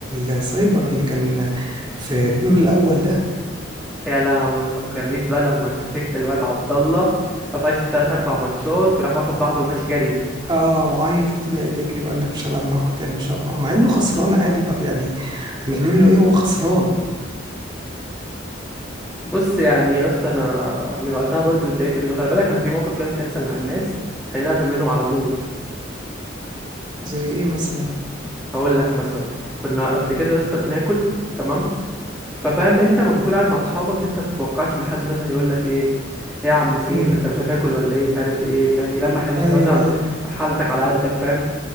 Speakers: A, on the right; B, in the centre.
A: السايبر اللي كان في الدور الاول ده
B: يا لهوي ما فكرنيش بقى لما مسكت الواد عبد الله قفشت تلات اربع ماتشات وراح واخد بعضه وماشي جري
A: اه وعيط وطلع يجري وقال لك مش هلعب معاكم تاني مش هلعب معاكم مع انه خسران عادي طب يعني هنعمل له ايه هو خسران
B: بص يعني يا اسطى انا من وقتها برضو اتضايقت منه خلي بالك انا في موقف كده بتحصل مع الناس تخليني اقفل منهم على طول
A: زي ايه مثلا
B: هقول لك مثلا كنا قبل كده يا اسطى بناكل تمام ففاهم انت لما بتكون قاعد مع اصحابك انت بتتوقعش ان حد مثلا يقول لك ايه ايه يا عم سيف
A: امم
B: انت مش هتاكل ولا ايه مش عارف ايه فاهم يلمح ان انت
A: ايوه
B: مثلا
A: ايوه
B: حالتك على قدك فاهم